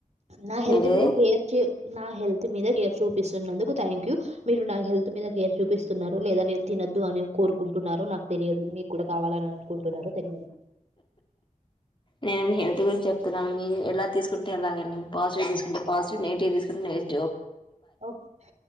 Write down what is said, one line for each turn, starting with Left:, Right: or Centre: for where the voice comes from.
Right: నా హెల్త్
Left: ఏంటిది
Right: మీద కేర్ చే నా హెల్త్ మీద కేర్ చూపిస్తున్నందుకు థ్యాంక్ యూ మీరు నా హెల్త్ మీద కేర్ చూపిస్తున్నారు లేదా నేను తినొద్దు అని కోరుకుంటున్నారు నాకు తెలియదు మీ కూడా కావాలని అనుకుంటున్నారు తెలవదు
Left: నేను మీ హెల్త్ గురించి చెప్తున్నాను మీ ఎలా తీసుకుంట ఎలాగడి పాజివ్ తీసుకుంట పాజిటి్ నెటివ్ తీసుకుంట
Right: ఓకే